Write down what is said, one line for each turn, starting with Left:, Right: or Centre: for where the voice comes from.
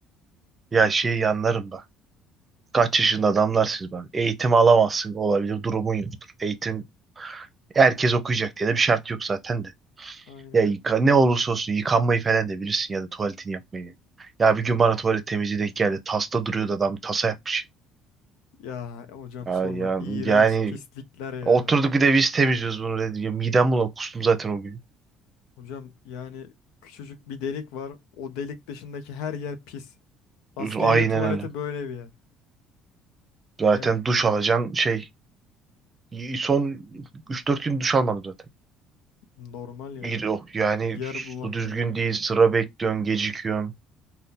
Right: ya şey yanlarım da. Kaç yaşında adamlar siz ben. Eğitim alamazsın olabilir durumun yoktur. Eğitim herkes okuyacak diye de bir şart yok zaten de.
Left: Aynen.
Right: Ya yıka- ne olursa olsun yıkanmayı falan da bilirsin ya da tuvaletini yapmayı. Ya bir gün bana tuvalet temizliği denk geldi. Tasta duruyordu adam tasa yapmış.
Left: Ya hocam
Right: Ya,
Left: sorma
Right: ya-
Left: iğrenç
Right: yani
Left: pislikler ya.
Right: Oturduk bir de biz temizliyoruz bunu dedi. Ya midem bulan kustum zaten o gün.
Left: Hocam yani küçücük bir delik var. O delik dışındaki her yer pis. Askeriye
Right: Aynen
Left: tuvaleti
Right: öyle.
Left: böyle bir yer.
Right: Zaten
Left: Ya
Right: duş alacaksın şey. y- Son üç dört gün duş almadım zaten.
Left: normal ya.
Right: İyi- Yok yani
Left: Yer
Right: su
Left: bulamıyor.
Right: düzgün değil. Sıra bekliyorsun, gecikiyorsun.